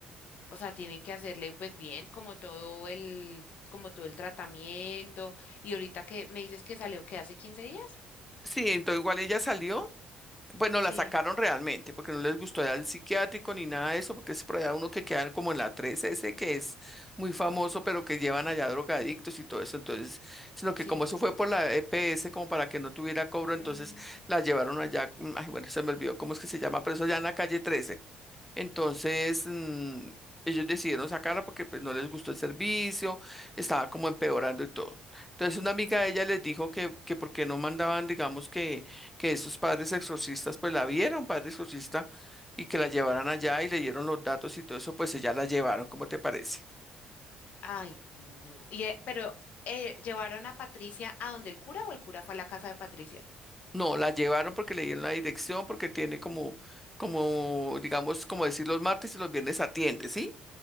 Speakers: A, on the left (about 60°); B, in the centre.
A: o sea, tienen que hacerle pues bien como todo el, como todo el tratamiento. Y ahorita que me dices que salió que hace quince días.
B: Sí, entonces igual ella salió Bueno, la
A: Sí,
B: sacaron realmente porque no les gustó ir al psiquiátrico ni nada de eso, porque es por allá uno que quedan como en la 3S, que es muy famoso, pero que llevan allá drogadictos y todo eso. Entonces, sino que
A: sí.
B: como eso fue por la EPS, como para que no tuviera cobro,
A: Mm.
B: entonces la llevaron allá. mm, Ay, bueno, se me olvidó cómo es que se llama, pero eso allá en la calle 13. Entonces, mm, ellos decidieron sacarla porque pues no les gustó el servicio, estaba como empeorando y todo. Entonces, una amiga de ella les dijo que, que por qué no mandaban, digamos, que, que esos padres exorcistas, pues la viera un padre exorcista y que la llevaran allá y le dieron los datos y todo eso, pues ella la llevaron, ¿cómo te parece?
A: Ay, no. Y, eh, pero eh, llevaron a Patricia a donde el cura o el cura fue a la casa de Patricia.
B: No, la llevaron porque le dieron la dirección, porque tiene como, como, digamos, como decir los martes y los viernes atiende, ¿sí?